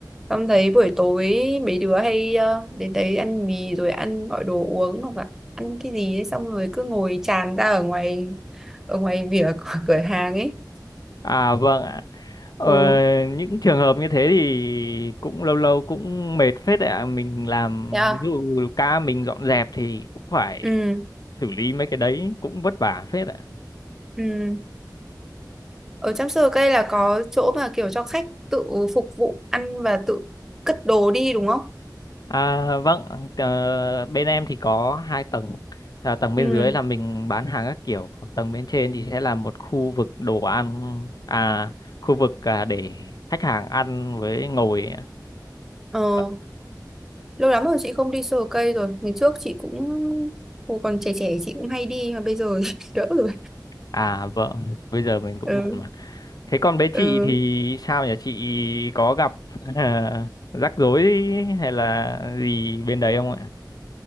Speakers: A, in the centre; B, on the left.
A: em thấy buổi tối mấy đứa hay ờ, đến đấy ăn mì rồi ăn gọi đồ uống hoặc là ăn cái gì ấy, xong rồi cứ ngồi tràn ra ở ngoài ở ngoài vỉa <laughs> của cửa hàng ấy.
B: à vâng ạ ờ,
A: Ừ.
B: những trường hợp như thế thì cũng lâu lâu cũng mệt phết đấy ạ mình làm
A: Yeah.
B: ví dụ ca mình dọn dẹp thì cũng phải
A: Ừ.
B: xử lý mấy cái đấy cũng vất vả phết ạ
A: Ừ. Ở trong sơ hồ cây là có chỗ mà kiểu cho khách tự phục vụ ăn và tự cất đồ đi đúng không?
B: À, vâng, ờ, bên em thì có hai tầng. À, tầng bên
A: Ừ.
B: dưới là mình bán hàng các kiểu, còn tầng bên trên thì sẽ là một khu vực đồ ăn, à, khu vực à, để khách hàng ăn với ngồi.
A: Ờ.
B: Vâng.
A: lâu lắm rồi chị không đi sờ cây rồi ngày trước chị cũng hồi còn trẻ trẻ chị cũng hay đi mà bây giờ <laughs> đỡ rồi
B: À vâng, bây giờ mình cũng
A: ừ
B: bận mà. Thế còn bé chị
A: ừ
B: thì sao nhỉ? Chị có gặp à, rắc rối hay là gì bên đấy không ạ?